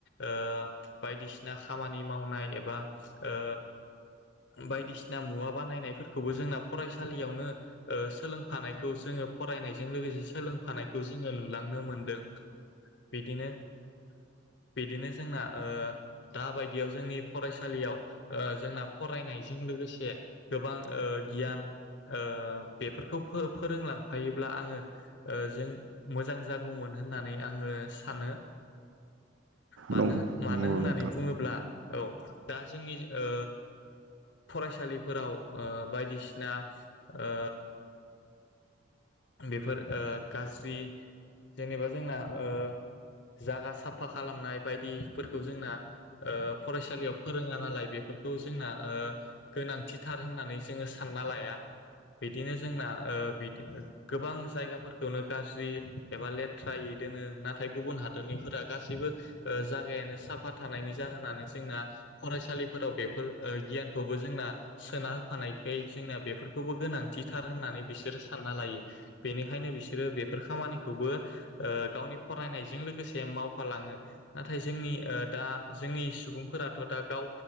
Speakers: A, on the left; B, on the right.
A: ओ बायदिसिना खामानि मावनाय एबा ओ बायदिसिना मुवा बानायनायफोरखौबो जोंना फरायसालियावनो ओ सोलोंफानायखौ जोङो फरायनायजों लोगोसे सोलोंफानायखौ जोङो नुलांनो मोनदों बिदिनो बिदिनो जोंना ओ दाबायदियाव जोंनि फरायसालियाव ओ जोंना फरायनायजों लोगोसे गोबां ओ गियान ओ बेफोरखौ फो फोरोंलांफायोब्ला आङो ओ जों मोजां जागौमोन होननानै आङो सानो मानो
B: नं
A: मानो
B: नंगौ
A: होननानै
B: नोंथां
A: बुङोब्ला औ दा जोंनि ओ फरायसालिफोराव ओ बायदिसिना ओ बेफोर ओ गाज्रि जेनेबा जोंना ओ जागा साफा खालामनाय बायदि फोरखौ जोंना ओ फरायसालियाव फोरोङा नालाय बेफोरखौ जोंना ओ गोनांथिथार होननानै जोङो सानना लाया। बिदिनो जोंना ओ बिदिनो गोबां जायगाफोरखौनो गाज्रि एबा लेथ्रायै दोनो। नाथाय गुबुन हादरनिफोरा गासैबो ओ जा गायानो साफा थानायनि जाहोनानो जोंना फरायसालिफोराव बेफोर गियानखौबो जोंना सोना होफानायखाय जोंना बेफोरखौबो गोनांथिथार होननानै बिसोरो सानना लायो। बेनिखायनो बिसोरो बेफोर खामानिखौबो गावनि फरायनायजों लोगोसे मावफालाङो। नाथाय जोंनि दा जोंनि सुबुंफोराथ' दा गाव